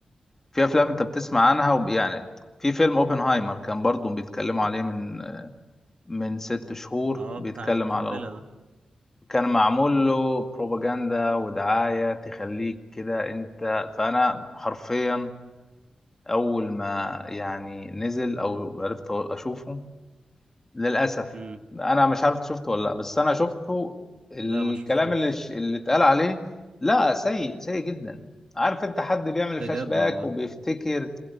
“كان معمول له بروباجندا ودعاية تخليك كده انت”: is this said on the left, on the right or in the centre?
Left